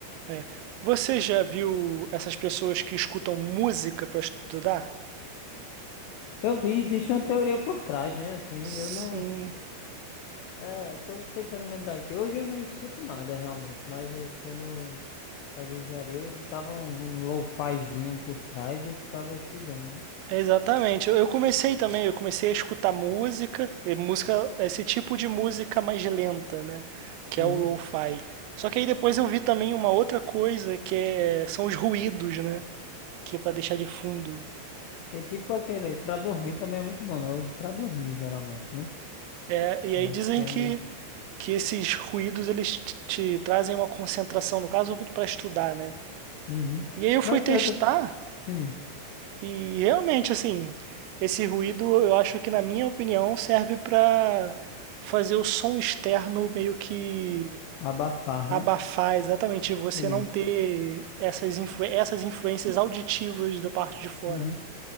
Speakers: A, on the right (about 85°); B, on the left (about 85°).
A: É. Você já viu essas pessoas que escutam música para estudar?
B: Eu vi, existe uma teoria por trás, né? Assim,
A: Sim.
B: eu não. É, tô tentando lembrar aqui. Hoje eu não escuto nada realmente, mas eh, quando eu fazia engenharia, eu botava um, um lo-fizinho por trás e ficava estudando, né?
A: Exatamente. Eu eu comecei também, eu comecei a escutar música, e música, esse tipo de música mais lenta, né? Que
B: Uhum.
A: é o lo-fi. Só que aí depois eu vi também uma outra coisa que é, são os ruídos, né? Que é para deixar de fundo.
B: Tem tipo aquele. Pra dormir também é muito bom, né? Eu uso pra dormir geralmente, né?
A: É, e
B: Eu
A: aí
B: acho
A: dizem
B: que é
A: que,
B: meio.
A: que esses ruídos eles te, te trazem uma concentração, no caso, para estudar, né?
B: Uhum.
A: E aí eu fui
B: Mas
A: testar
B: tem outra. Sim.
A: E realmente, assim, esse ruído eu acho que, na minha opinião, serve para fazer o som externo meio que
B: Abafar,
A: abafar
B: né?
A: exatamente, você
B: Entendi.
A: não ter essas, influ essas influências auditivas da parte de fora.
B: Uhum.